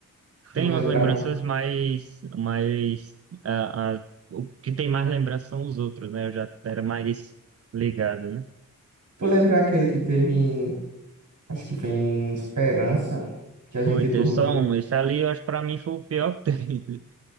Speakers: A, on the right; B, on the right.
A: Não
B: Tem umas
A: lembrava.
B: lembranças mais, mais ah, ah, o que tem mais lembrança são os outros, né? Eu já era mais ligado, né?
A: Tu lembra aquele que teve em, acho que foi em Esperança, que a gente
B: Foi, teve
A: dormiu,
B: só um. Esse ali, eu acho, que pra mim, foi o pior que teve.